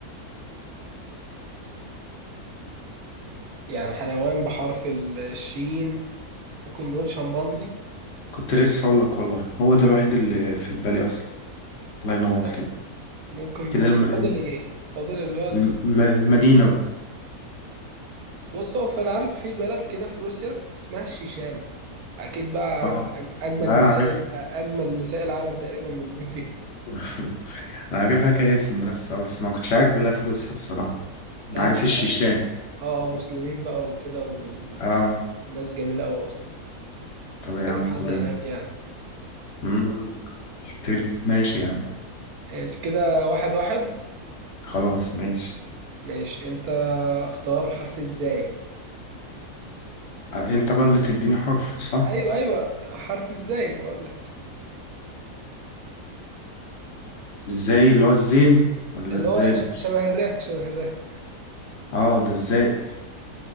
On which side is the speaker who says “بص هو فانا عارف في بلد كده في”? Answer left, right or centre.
Right